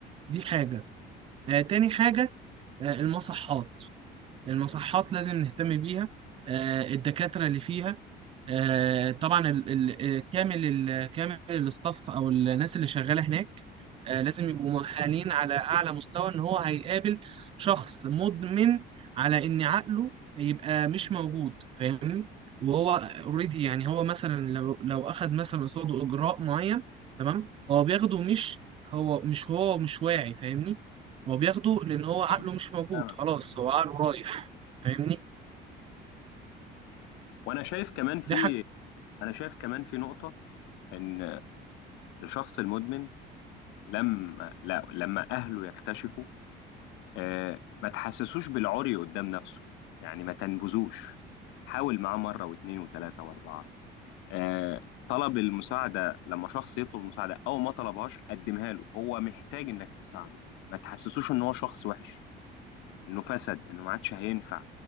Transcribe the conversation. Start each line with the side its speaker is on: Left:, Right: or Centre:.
Right: دي حاجة آه، تاني حاجة آه، المصحات المصحات لازم نهتم بيها آه، الدكاترة اللي فيها آه، طبعا ال ال آه، كامل ال كامل الاستاف او الناس اللي شغاله هناك آه، لازم يبقوا مؤهلين على اعلى مستوى ان هو هيقابل شخص مدمن على ان عقله يبقى مش موجود فاهمني وهو اوريدي يعني هو مثلا لو لو اخد مثلا قصاده اجراء معين تمام هو بياخده مش هو مش هو مش واعي فاهمني هو بياخده لان هو عقله
Left: اه
Right: مش موجود
Left: فاهمك
Right: خلاص
Left: اه
Right: هو عقله رايح فاهمني
Left: وانا شايف كمان في
Right: ده
Left: انا شايف كمان في نقطة ان الشخص المدمن لما لا لما اهله يكتشفوا آه، ما تحسسوش بالعري قدام نفسه يعني ما تنبذوش حاول معاه مرة واثنين وثلاثة واربعة آه، طلب المساعدة لما شخص يطلب مساعدة او ما طلبهاش قدمها له هو محتاج انك تساعده ما تحسسوش ان هو شخص وحش انه فسد انه ما عادش هينفع